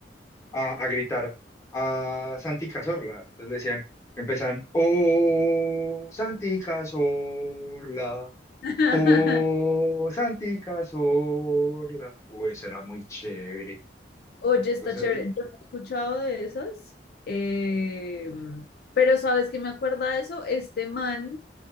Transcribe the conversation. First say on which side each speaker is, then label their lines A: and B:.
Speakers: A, on the left; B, on the left.
A: a, a gritar a Santi Cazorla. Entonces le decían, empezaban, oh, Santi Cazorla,
B: <laughs>
A: oh, Santi Cazorla. Uy, eso era muy chévere.
B: Oye, está
A: Entonces,
B: chévere.
A: y-
B: Yo no he escuchado de esas, eh, pero ¿sabes qué me acuerda de eso? Este man